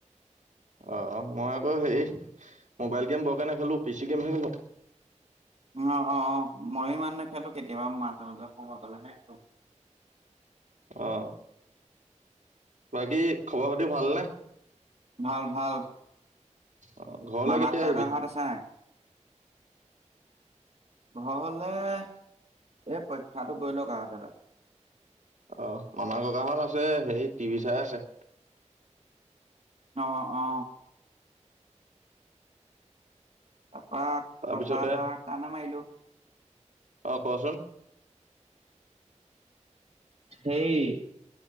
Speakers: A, on the right; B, on the right.
A: অ মই আকৌ হে মোবাইল গেম বৰ কে ণে খেলো পিচি গেম খেলো
B: অ অ অ ময়ো ইমান নেখেলো কেতিয়াবা মাজে মাজে সমব পাললেহেটো
A: অ বাকী খবৰ খাতি ভালনেে
B: ভাল ভাল
A: অ ঘৰলৈ
B: মামাক
A: কেতিয়া
B: কাকাহঁত
A: আহিবি
B: আছে নাই? ঘৰলে এ পৰীক্ষাটো গৈ লক আৰু
A: অ আমাৰ ককাহঁত আছে, সেই টিভি চাই আছে।
B: অ অ তাৰপৰা
A: তাৰপিছতে
B: কথা এটা কণে মাৰিলো।
A: অ, কচোন।
B: সেই